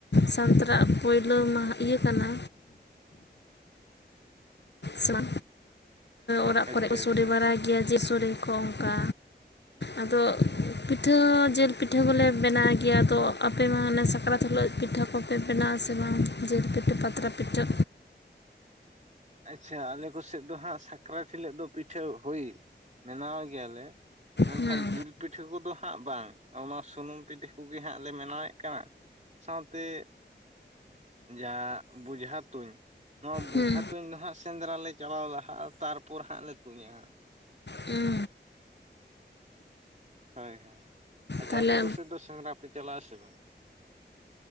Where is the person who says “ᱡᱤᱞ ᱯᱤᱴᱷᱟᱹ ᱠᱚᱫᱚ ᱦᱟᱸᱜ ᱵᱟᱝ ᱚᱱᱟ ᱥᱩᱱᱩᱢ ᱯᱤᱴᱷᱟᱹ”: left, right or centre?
Right